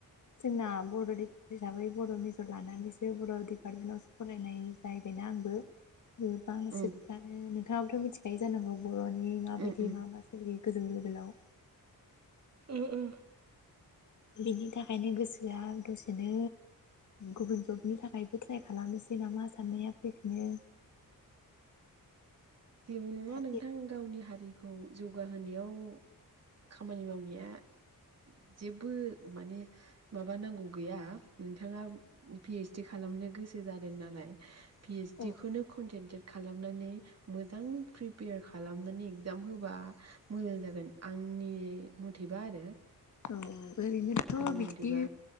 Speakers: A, on the left; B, on the right.
A: जोंना बर'हिसाबै बर' मेजर लानानैसो बर' डिपार्टमेन्टावसो फरायनाय जाहैबायना आंबो गोबां
B: उम
A: सेबफ्रानो होनो नोंथांयाबोथ मिथिखायो जानांगौ बर'नि माबायदि
B: उम
A: मा मा सोलियो गोजौ लेभेलाव
B: ओ ओ
A: बिनि थाखायनो गोसोआ दसेनो गुबुन जबनि थाखायबो ट्राइ खालामनोसै नामा साननाया फैफिनो
B: जेबो नङा
A: थारगेट
B: नोंथां गावनि हारि खौ जौगाहोनायाव खामानि मावनाया जेबो माने माबा नांगौ गैया नोंथाङा पिओइसडि खालामनो गोसो जादों नालाय पिओइसडि
A: औ
B: खौनो कन्टेन्टे खालामनानै मोजां प्रिपेयार खालामनानै एगजाम होबा मोजां जागोन आंनि मथेबा आरो
A: औ ओरैनोथ'
B: आंनि
A: बिदि
B: मथेबा